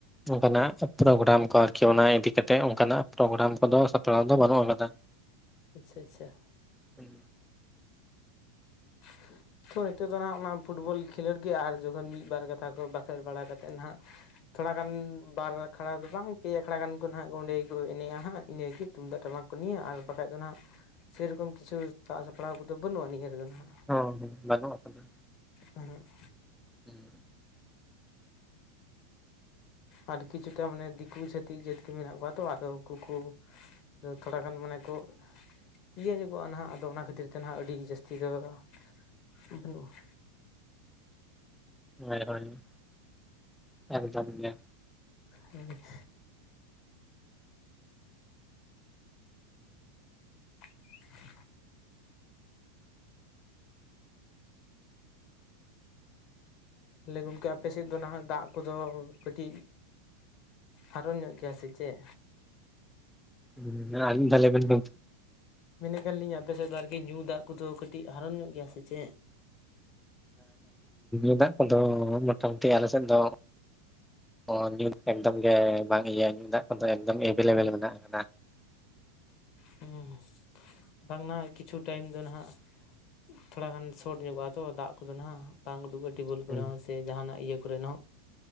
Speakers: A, in the centre; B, on the left.
A: ᱚᱱᱠᱟᱱᱟᱜ ᱯᱨᱳᱜᱨᱟᱢ ᱠᱚ ᱟᱨᱠᱤ ᱚᱱᱟ ᱤᱫᱤᱠᱟ ᱠᱟᱛᱮᱜ ᱚᱱᱠᱟᱱᱟᱜ ᱯᱨᱳᱜᱨᱟᱢ ᱠᱚᱫᱚ ᱥᱟᱯᱲᱟᱣ ᱫᱚ ᱵᱟᱹᱱᱩᱜ ᱟᱠᱟᱫᱟ ᱾
B: ᱟᱪᱪᱷᱟ ᱟᱪᱪᱷᱟ
A: ᱦᱚᱸ
B: ᱻ <inaudible> ᱛᱚ ᱱᱤᱛᱚᱜ ᱫᱚ ᱦᱟᱸᱜ ᱚᱱᱟ ᱯᱷᱩᱴᱵᱚᱞ ᱠᱷᱮᱞᱳᱰ ᱜᱮ ᱟᱨ ᱡᱚᱠᱷᱚᱱ ᱢᱤᱫᱵᱟᱨ ᱠᱟᱛᱷᱟ ᱠᱚ ᱵᱟᱠᱷᱮᱲ ᱵᱟᱲᱟ ᱠᱟᱛᱮᱫ ᱦᱟᱸᱜ ᱛᱷᱚᱲᱟ ᱜᱟᱱ ᱵᱟᱨ ᱟᱠᱷᱲᱟ ᱫᱚ ᱵᱟᱝ ᱯᱮ ᱟᱠᱷᱲᱟ ᱜᱟᱱ ᱠᱚ ᱱᱟᱦᱟᱜ ᱚᱸᱰᱮ ᱜᱮᱠᱚ ᱮᱱᱮᱡᱼᱟ ᱦᱟᱸᱜ ᱤᱱᱟᱹᱜᱮ ᱛᱩᱢᱫᱟᱜ ᱴᱟᱢᱟᱠ ᱠᱚ ᱱᱤᱭᱟ ᱟᱨ ᱵᱟᱠᱷᱟᱡ ᱫᱚ ᱱᱟᱦᱟᱜ ᱥᱮᱨᱚᱠᱚᱢ ᱠᱤᱪᱷᱩ ᱥᱟᱜ ᱥᱟᱯᱲᱟᱣ ᱠᱚᱫᱚ ᱵᱟᱹᱱᱩᱜᱼᱟ ᱱᱤᱭᱟᱹ ᱨᱮᱜᱮᱦᱟᱜ ᱾
A: ᱚᱻ ᱵᱟᱱᱩᱜ ᱟᱠᱟᱫᱟ,
B: ᱩᱸᱦᱩᱜ
A: ᱦᱩᱸ ᱻ
B: ᱟᱨ ᱠᱤᱪᱷᱩᱴᱟ ᱢᱟᱱᱮ ᱫᱤᱠᱩ ᱪᱷᱟᱹᱛᱤᱠ ᱡᱟᱹᱛ ᱢᱮᱱᱟᱜ ᱠᱚᱣᱟ ᱛᱚ ᱟᱫᱚ ᱩᱱᱠᱩ ᱠᱚ ᱛᱷᱚᱲᱟ ᱜᱟᱱ ᱢᱟᱱᱮ ᱠᱚ ᱤᱭᱟᱹ ᱧᱚᱜᱚᱜᱼᱟ ᱱᱟᱦᱟᱜ ᱟᱫᱚ ᱚᱱᱟ ᱠᱷᱟᱹᱛᱤᱨ ᱛᱮ ᱱᱟᱦᱟᱜ ᱟᱹᱰᱤ ᱡᱟᱹᱥᱛᱤ ᱫᱚ ᱾ ᱵᱟᱹᱱᱩᱜᱼᱟ
A: ᱦᱳᱭ ᱦᱳᱭ ᱮᱠᱫᱚᱢ ᱜᱮ
B: ᱦᱮᱸ <inaudible> <inaudible> ᱛᱟᱦᱚᱞᱮ ᱜᱚᱢᱠᱮ ᱟᱯᱮ ᱥᱮᱫ ᱫᱚ ᱱᱟᱦᱟᱸᱜ ᱫᱟᱜ ᱠᱚᱫᱚ ᱠᱟᱹᱴᱤᱡᱼᱼ ᱦᱟᱨᱚᱱ ᱧᱚᱜ ᱜᱮᱭᱟ ᱥᱮ ᱪᱮᱜ?
A: ᱚᱸᱦ, ᱩᱸ ᱟᱨ ‌ᱢᱤᱫ‌ ᱫᱷᱟᱣ ᱞᱟᱹᱭ ᱵᱮᱱ ᱜᱚᱝᱼᱼ <unintelligible>
B: ᱢᱮᱱᱮᱫ ᱠᱟᱱ ᱞᱤᱧ ᱟᱯᱮ ᱥᱮᱫ ᱫᱚ ᱟᱨᱠᱤ ᱧᱩ ᱫᱟᱜ ᱠᱚᱫᱚ ᱠᱟᱹᱴᱤᱡ ᱦᱟᱨᱚᱱ ᱧᱚᱜ ᱜᱮᱭᱟ ᱥᱮ ᱪᱮᱫ
A: ᱮᱫᱟᱜ ᱠᱚᱫᱚ ᱢᱚᱴᱟᱢᱩᱴᱤ ᱟᱞᱮ ᱥᱮᱫ ᱫᱚ ᱚ ᱧᱩ ᱮᱠᱫᱚᱢ ᱜᱮ ᱵᱟᱝ ᱤᱭᱟᱹ ᱧᱩ ᱫᱟᱜ ᱠᱚᱫᱚ ᱮᱵᱮᱞᱮᱵᱮᱞ ᱢᱮᱱᱟᱜ ᱟᱠᱟᱫᱟ
B: ᱦᱮᱸ ᱵᱟᱝ ᱱᱟ ᱠᱤᱪᱷᱩ ᱴᱟᱭᱤᱢ ᱫᱚ ᱱᱟᱦᱟᱸᱜ ᱛᱷᱚᱲᱟ ᱜᱟᱱ ᱥᱚᱴ ᱧᱚᱜᱚᱜᱼᱟ ᱛᱚ ᱫᱟᱜ ᱠᱚᱫᱚ ᱦᱟᱜ ᱵᱟᱝ ᱩᱰᱩᱠᱚᱜᱼᱟ ᱴᱮᱵᱮᱞ ᱠᱚᱨᱮ
A: ᱦᱩᱸ
B: ᱦᱚᱸ ᱥᱮ ᱡᱟᱦᱟᱱᱟᱜ ᱤᱭᱟᱹ ᱠᱚᱨᱮᱱᱟᱜ ᱦᱚᱸ